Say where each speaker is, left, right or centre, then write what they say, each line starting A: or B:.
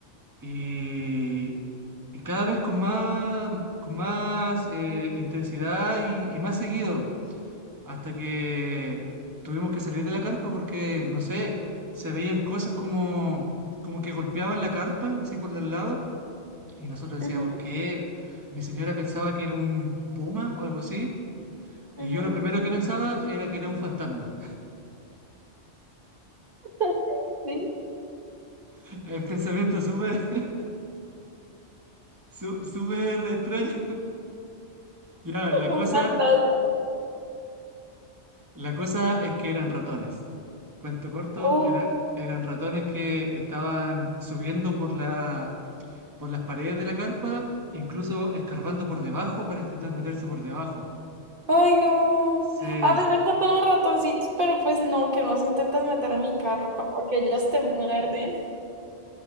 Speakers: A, on the right; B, on the right.
A: y, y cada vez con más, con más eh, intensidad y, y más seguido, hasta que tuvimos que salir de la carpa porque, no sé, se veían cosas como, como que golpeaban la carpa así por los lados y nosotros decíamos
B: Ujú,
A: que mi señora pensaba que era un puma o algo así. Y
B: ujú.
A: yo lo primero que pensaba era que era un fantasma.
B: <laughs> Sí,
A: <laughs> El pensamiento súper, <laughs> su- súper extraño. Ya, la
B: un
A: cosa,
B: fantasma.
A: la cosa es que eran ratones. Cuento corto,
B: Oh.
A: era- eran ratones que estaban subiendo por la, por las paredes de la carpa, incluso escarbando por debajo para intentar meterse por debajo.
B: Ay, no.
A: Sí,
B: A mí me encantan los ratoncitos, pero pues no, que no se intentan meter a mi carpa porque ellos te muerden.